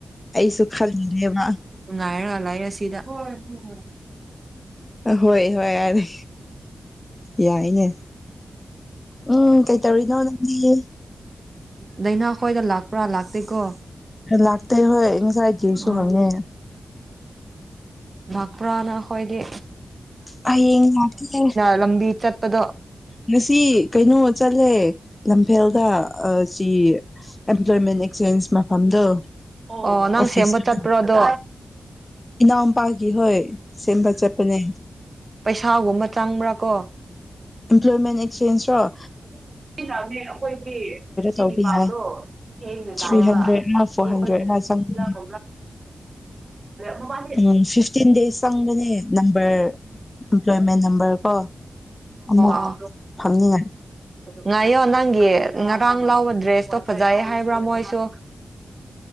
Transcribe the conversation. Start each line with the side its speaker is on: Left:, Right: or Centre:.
Left: ꯑꯩꯁꯨ ꯈꯜꯂꯤꯅꯦꯦꯕ
Right: ꯅꯨꯡꯉꯥꯏꯔꯒꯂꯑ ꯑꯁꯤꯗ ꯍꯣꯏ ꯍꯣꯏ
Left: ꯍꯣꯏ ꯍꯣꯏ ꯌꯥꯔꯦ ꯌꯥꯏꯅꯦ ꯎꯝ ꯀꯩꯇꯧꯔꯤꯅꯣ ꯅꯪꯗꯤ
Right: ꯑꯗꯥꯏꯅꯥꯈ꯭ꯣꯏꯗ ꯂꯥꯛꯄ꯭ꯔꯥ ꯂꯥꯛꯇꯦꯀꯣ
Left: ꯂꯥꯛꯇꯣꯏ ꯍꯣꯏ ꯉꯁꯥꯏꯒꯤꯁꯨ
Right: ꯑꯣ
Left: ꯍꯪꯉꯦ
Right: ꯥꯛꯄ꯭ꯔꯅ ꯈꯗꯤ
Left: ꯍꯌꯦꯡ ꯂꯥꯛꯀꯦ
Right: ꯂꯝꯕꯤ ꯆꯠꯄꯗꯣ
Left: ꯉꯁꯤ ꯀꯩꯅꯣ ꯆꯠꯂꯦ ꯂꯝꯐꯦꯜꯗ ꯁꯤ ꯑꯦꯝꯄ꯭ꯂꯣꯏꯃꯦꯟ ꯑꯦꯛꯆꯦꯟꯁ ꯃꯐꯝꯗꯣ
Right: ꯑꯣ ꯅꯪ
Left: ꯑꯣꯐꯤꯁꯇꯨꯗ
Right: ꯁꯦꯝꯕ ꯆꯠꯄ꯭ꯔꯣꯗꯣ
Left: ꯏꯅꯥꯎꯄꯥꯒꯤ ꯍꯣꯏ ꯁꯤꯝꯕ ꯆꯄꯅꯦ
Right: ꯄꯩꯁꯥꯒꯨꯝꯕ ꯆꯪꯕ꯭ꯔꯥ ꯀꯣ
Left: ꯏꯝꯄ꯭ꯂꯣꯣꯏꯃꯦꯟ ꯑꯦꯛꯁꯆꯦꯟꯖ ꯔꯣ
Right: ꯁꯤꯅꯦ ꯑꯩꯈꯣꯏꯒꯤꯆꯒꯤ
Left: ꯇꯧꯕ
Right: ꯄꯥꯎꯗꯣ
Left: ꯌꯥꯏ
Right: ꯍꯌꯦꯡ
Left: ꯊ꯭ꯔꯤ
Right: ꯇꯕ
Left: ꯍꯟꯗ꯭ꯔꯦꯗꯔ ꯐꯣꯔ
Right: ꯑꯗꯣ
Left: ꯍꯟꯗ꯭ꯔꯦꯗꯔ
Right: ꯑꯩꯈꯣꯏ
Left: ꯆꯪꯕꯅꯦ
Right: ꯃꯃ
Left: ꯎꯝ ꯐꯤꯐꯇꯤꯟ ꯗꯦꯖ ꯆꯪꯕꯅꯦ ꯅꯝꯕꯔ ꯑꯝꯄ꯭ꯂꯣꯏꯃꯦꯟ ꯅꯝꯕꯔꯀꯣ ꯑꯃꯨꯛ
Right: ꯑꯣ
Left: ꯐꯪꯅꯤꯡꯉꯥꯏ
Right: ꯉꯥꯏꯌꯣ ꯅꯪꯒꯤ ꯉꯔꯥꯡ ꯂꯥꯎꯕ ꯗ꯭ꯔꯦꯁꯇꯣ ꯐꯖꯩ ꯍꯥꯏꯕ꯭ꯔꯥ ꯃꯣꯏꯁꯨ